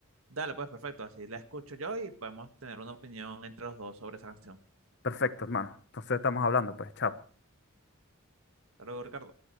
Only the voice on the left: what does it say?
Perfecto, hermano. Entonces estamos hablando, pues, chao.